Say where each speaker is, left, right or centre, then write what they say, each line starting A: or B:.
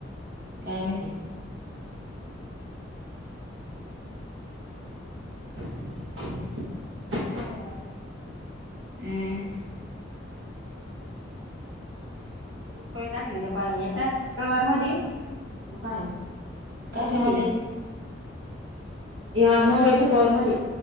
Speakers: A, on the right; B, on the right.
A: काय माहिती?
B: <inaudible> हो बर.
A: अं
B: ना दोन रुपये टाकले त्या याच्यात कवर मधी. मग म्हणतो का?
A: कशामध्ये
B: किती? ह्या मोबाईलच्या कवर मधे